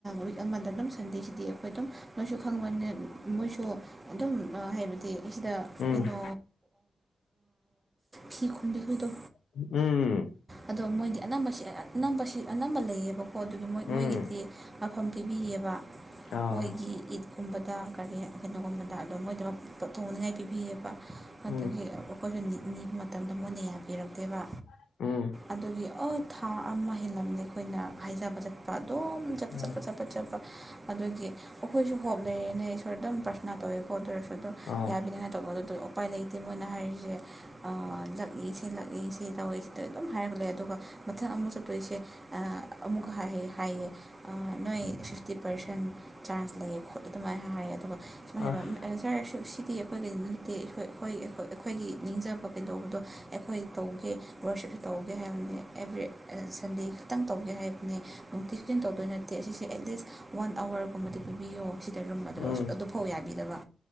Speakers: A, on the right; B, on the left.
A: ꯋꯤ <inaudible> ꯑꯃꯗ ꯑꯗꯨꯝ ꯁꯟꯗꯦꯁꯤꯗꯤ ꯑꯩꯈꯣꯏ ꯑꯗꯨꯝ ꯃꯣꯏꯁꯨ ꯈꯪꯕꯅꯤ ꯃꯣꯏꯁꯨ ꯑꯗꯨꯝ ꯍꯥꯏꯕꯗꯤ ꯁꯤꯗ
B: ꯎꯝ
A: ꯀꯩꯅꯣ ꯐꯤ ꯈꯨꯨꯝꯕꯤꯈꯗ
B: ꯎꯝ ꯎꯝ
A: ꯑꯗꯣ ꯃꯣꯏꯗꯤ ꯑꯅꯝꯕꯁꯤ ꯑꯅꯝꯕꯁꯤ ꯑꯅꯝꯕ ꯂꯩꯌꯦꯕꯀꯣ ꯑꯗꯨꯒꯤ ꯃꯣꯏ
B: ꯎꯝ
A: ꯃꯣꯏꯒꯤꯗꯤ ꯃꯐꯝ ꯊꯣꯏꯕꯤꯌꯦꯕ
B: ꯑꯥ
A: ꯑꯩꯈꯣꯏꯒꯤ ꯏꯠꯀꯨꯝꯕꯗ ꯀꯔꯤ ꯀꯩꯅꯣꯒꯨꯝꯕꯗ ꯑꯗꯨꯝ ꯃꯣꯏꯗꯃꯛ ꯄꯣꯊꯣꯛꯅꯤꯡꯉꯥꯏ ꯄꯤꯕꯤꯌꯦꯕ
B: ꯎꯝ
A: ꯑꯗꯨꯒꯤ ꯑꯩꯈꯣꯏꯁꯨ ꯅꯤꯕ ꯃꯇꯝꯗ ꯃꯣꯏꯅ ꯌꯥꯕꯤꯔꯛꯇꯦꯕ
B: ꯎꯝ
A: ꯑꯗꯨꯒꯤ ꯑꯣ ꯊꯥ ꯑꯃ ꯍꯦꯜꯂꯝꯗꯦ ꯑꯩꯈꯣꯏꯅ ꯍꯥꯏꯖꯕ ꯆꯠꯄ ꯑꯗꯨꯝ ꯆꯄ
B: ꯎꯝ
A: ꯆꯠꯄ ꯆꯠꯄ ꯆꯠꯄ ꯑꯗꯨꯒꯤ ꯑꯩꯈꯣꯏꯁꯨ ꯍꯣꯞ ꯂꯩꯔꯦꯅ ꯏꯁꯣꯔ ꯑꯗꯨꯝ ꯄ꯭ꯔꯁꯅꯥ ꯇꯧꯋꯦ ꯈꯣꯠꯇ ꯑꯗꯨ ꯑꯣꯏꯔꯁꯨ ꯑꯗꯨꯝ
B: ꯑ
A: ꯌꯥꯕꯅꯤꯅ ꯇꯧꯕ ꯑꯗꯨꯗ ꯎꯄꯥꯏ ꯂꯩꯇꯦ ꯃꯣꯏꯅ ꯍꯥꯏꯔꯤꯁꯦ ꯂꯛꯏꯁꯦ ꯂꯛ ꯑꯩ ꯁꯤ ꯇꯧꯋꯦ ꯁꯤꯗ ꯑꯗꯨꯝ ꯍꯥꯏꯔꯒ ꯂꯩ ꯑꯗꯨꯒ ꯃꯊꯛ ꯑꯃ ꯆꯠꯇꯣꯏꯁꯦ ꯑꯃꯨꯛ ꯍꯥꯏ ꯍꯥꯏꯌꯦ ꯅꯣꯏ ꯐꯛꯁꯇꯤ ꯄꯥꯔꯁꯦꯟ ꯆꯥꯟꯖ ꯂꯩꯌꯦ ꯈꯣꯠꯂꯦ ꯑꯗꯨꯃꯥꯏꯅ ꯍꯥꯏꯌꯦ ꯑꯗꯨꯒ ꯀꯁꯔ
B: ꯑꯁ
A: ꯁꯤꯗꯤ ꯑꯩꯈꯣꯏꯒꯤꯗꯤ ꯅꯠꯇꯦꯈ ꯑꯩꯈꯣꯏ ꯑꯩꯈꯣꯏꯒꯤ ꯅꯤꯡꯖꯕ ꯀꯩꯗꯧꯕꯗꯣ ꯑꯩꯈꯣꯏ ꯇꯧꯒꯦ ꯋꯔꯛꯁꯤꯞꯁꯨ ꯇꯧꯒꯦ ꯍꯥꯏꯕꯅꯤ ꯑꯦꯕ꯭ꯔꯤ ꯁꯟꯗꯦ ꯈꯤꯇꯪ ꯇꯧꯒꯦ ꯍꯥꯏꯕꯅꯤ ꯅꯨꯡꯇꯤ ꯈꯨꯖꯤꯟ ꯇꯧꯗꯣꯏ ꯅꯠꯇꯦ ꯑꯁꯤꯁꯦ ꯑꯦꯠꯂꯤꯁ ꯋꯥꯟ ꯑꯋꯥꯔꯒꯨꯝꯕꯗꯤ ꯄꯤꯕꯤꯌꯣ ꯑ ꯔꯨꯝ ꯑꯗꯨꯗ
B: ꯎꯝ
A: ꯑꯗꯨ ꯐꯧ ꯌꯥꯕꯤꯗꯕ